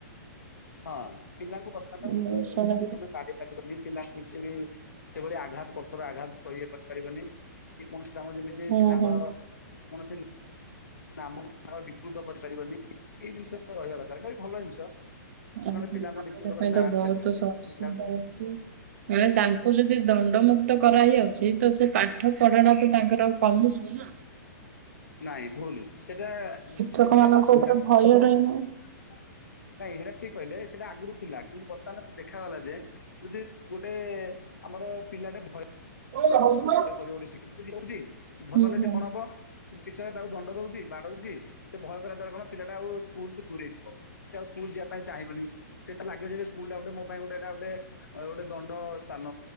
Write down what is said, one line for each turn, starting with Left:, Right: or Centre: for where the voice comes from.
Left: ହଁ ପିଲାଙ୍କୁ ବର୍ତ୍ତମାନେ
Right: ମୁଁ ଶୁଣିଥିଲି
Left: ତମେ ପା ପାରିବନି। ପିଲା କିଛିବି ସେଭଳି ଆଘାତ କଠୋର ଆଘାତ କରିପାରିବନି। କି କୌଣସି କାମ ଯେମିତି
Right: ହୁଁ
Left: ପିଲାଙ୍କ
Right: ହୁଁ।
Left: କୌଣସି ନା ଆମ ଗା <unintelligible> ବିକୃତ କରିପାରିବନି ଏଇ ଜିନିଷ ରହିବା ଦରକାର ଏଇଟା ବି ଭଲ ଜିନିଷ।
Right: ଆ
Left: ନହେଲେ
Right: ଆଙ୍କ
Left: ପିଲାଙ୍କୁ ବିକୃତ କରି
Right: ପାଇଁ
Left: ନାଁ
Right: ତ
Left: ଆଣି
Right: ବହୁତ
Left: ପାରିବେନି
Right: ସହସୁବିଧା
Left: ପିଲାକୁ
Right: ଅଛି <unintelligible> ମାନେ ତାଙ୍କୁ ଯଦି ଦଣ୍ଡମୁ କ୍ତ କରାହେଇ ଆଉଛି ତ ସେ ପାଠ ପଢାଟା ତ ତାଙ୍କର କମିଯିବ ନା।
Left: ନାଇଁ ଭୁଲୁ। ସେଟା
Right: ଶିକ୍ଷକ
Left: ସିମିତି
Right: ମାନଙ୍କ
Left: ତ ସରକାର
Right: ଉପରେ ଭୟ ରହିବ
Left: ନାଇଁ ସେଇଟା ଠିକ୍ କହିଲେ ସେଇଟା ଆଗରୁ ଥିଲା କିନ୍ତୁ ବର୍ତ୍ତମାନ ଦେଖାଗଲା ଯେ ଯଦିସ୍ ଗୋଟେ ଆମର ପିଲାଟେ ଭୟ
Right: <unintelligible>
Left: ଶିଖ ହଉଛି ଇଭ <unintelligible>
Right: ହୁଁ
Left: କଲେ
Right: ହୁଁ।
Left: ସେ କଣ ହବ ଟିଚର ତାକୁ ଦଣ୍ଡ ଦଉଛି ବାଡଉଛି ସେ ଭୟ କରିବା ଦ୍ଵାରା କଣ ପିଲାଟା ଆଉ ସ୍କୁଲୁ ଠୁ ଦୂରେଇ ଯିବ ସେ ଆଉ ସ୍କୁଲ ଯିବା ପାଇଁ ଚାହିଁବନି। ସେଟା ଲାଗିବ ଯେ ସ୍କୁଲ ଟା ଗୋଟେ ମୋ ପାଇଁ ଗୋଟେ ଏଇଟା ଗୋଟେ ଦଣ୍ଡସ୍ଥାନ।